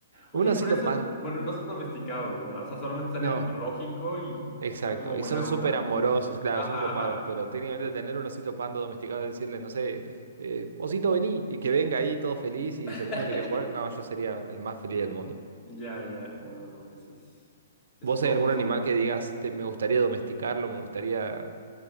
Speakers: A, on the left (about 35°); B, on the right (about 70°).
A: Oye,
B: Un osito
A: pero esos,
B: pan.
A: bueno, no son domesticados, ¿verdad? O sea, solamente están
B: No,
A: en el zoológico y
B: exacto.
A: son como
B: Y
A: buena
B: son súper
A: onda.
B: amorosos, claro,
A: Ajá,
B: son copados,
A: ajá.
B: pero técnicamente tener un osito panda domesticado y decirle, no sé, eh, osito vení, y que venga ahí todo feliz y
A: <laughs>
B: se ponga a querer jugar, no, yo sería el más feliz del mundo.
A: Ya, ya. No, no, no. Esos, esos
B: ¿Vos hay
A: osos
B: algún animal
A: son.
B: que digas, "Te- me gustaría domesticarlo, me gustaría...